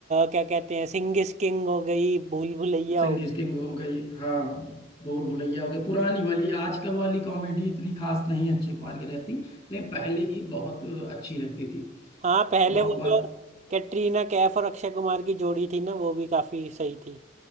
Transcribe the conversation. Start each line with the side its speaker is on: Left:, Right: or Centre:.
Right: क्या कहते हैं सिंह इज किंग हो गई भूल भुलैया
Left: सिंह
Right: हो गई
Left: इज किंग हो गई हाँ भूल भुलैया हो गई पुरानी वाली आजकल वाली कॉमेडी इतनी खास नहीं अक्षय कुमार की रहती लेकिन पहले की बहुत अच्छी रहती थी
Right: हाँ पहले
Left: और
Right: वो
Left: बात
Right: जो कैटरीना कैफ और अक्षय कुमार की जोड़ी थी ना वो भी काफी सही थी